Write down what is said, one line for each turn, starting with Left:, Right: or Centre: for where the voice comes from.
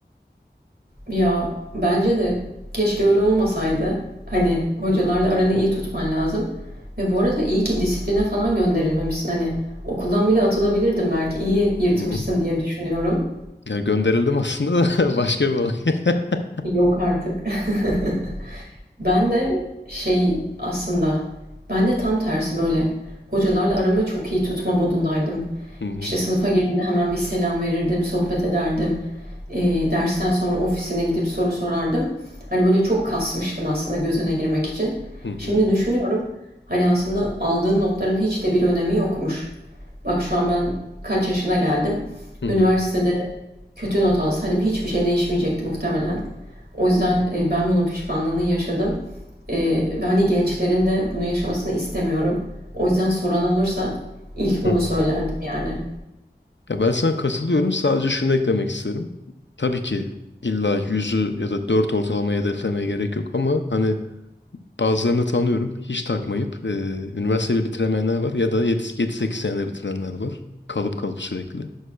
Right: Ya bence de keşke öyle olmasaydı. Hani hocalarla aranı iyi tutman lazım. Ve bu arada iyi ki disipline falan gönderilmemişsin. Hani okuldan bile atılabilirdin belki. İyi yırtmışsın
Left: Hı hı.
Right: diye düşünüyorum.
Left: Ya gönderildim aslında da <laughs> başka bir olay. <laughs>
Right: Yok artık. <laughs> Ben de şey aslında, ben de tam tersi böyle hocalarla aramı çok iyi tutma modundaydım.
Left: Hı hı.
Right: İşte sınıfa girdiğimde hemen bir selam verirdim, sohbet ederdim. Ee, dersten sonra ofisine gidip soru sorardım. Hani böyle çok kasmıştım aslında gözüne girmek için.
Left: Hı hı.
Right: Şimdi düşünüyorum, hani aslında aldığın notların hiç de bir önemi yokmuş. Bak şu an ben kaç yaşına geldim.
Left: Hı hı.
Right: Üniversitede kötü not alsaydım hiçbir şey değişmeyecekti muhtemelen. O yüzden e, ben bunun pişmanlığını yaşadım. E, ve hani gençlerin de bunu yaşamasını istemiyorum. O yüzden soran olursa ilk bunu
Left: Hı hı.
Right: söylerdim yani.
Left: Ya ben sana katılıyorum. Sadece şunu eklemek isterim. Tabii ki illa yüzü ya da dört ortalamayı hedeflemeye gerek yok ama hani bazılarını tanıyorum. Hiç takmayıp e, üniversiteyi bitiremeyenler var ya da yedi sekiz senede bitirenler var. Kalıp kalıp sürekli.